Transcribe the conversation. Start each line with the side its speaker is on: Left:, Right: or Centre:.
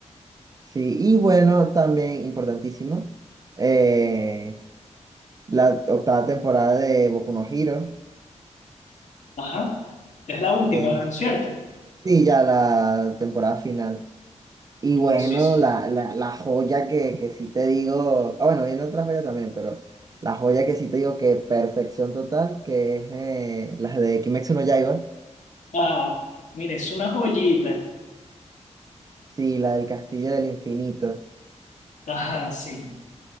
Right: Sí, y bueno, también importantísimo, eh, la octava temporada de Boku no Hero,
Left: Ajá, es la última,
Right: eh, no sé
Left: ¿cierto?
Right: si- sí, ya la temporada final. Y
Left: Sí,
Right: bueno,
Left: no, sí, sí.
Right: la, la, la joya que, que sí te digo, ah, bueno, viene otra joya también, pero la joya que sí te digo que perfección total, que es eh, la de Kimetsu no Yaiba,
Left: Ah, mire, es una joyita.
Right: sí, la del Castillo del Infinito.
Left: Ajá, sí,